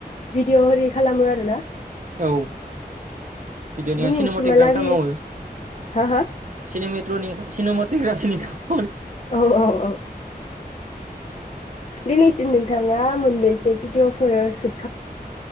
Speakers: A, on the left; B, on the right.
A: भिडिअ ओरि खालामो आरो ना
B: औ भिडिअनिया
A: दिनैसिमहालागै
B: सिनेमटेग्रा खाम मावो।
A: हा हा
B: सिनेमेट टनि सिनेमटेग्राफिनि खा
A: औ औ औ ओ दिनैसिम नोंथाङा मोनबेसे भिडियफोर सु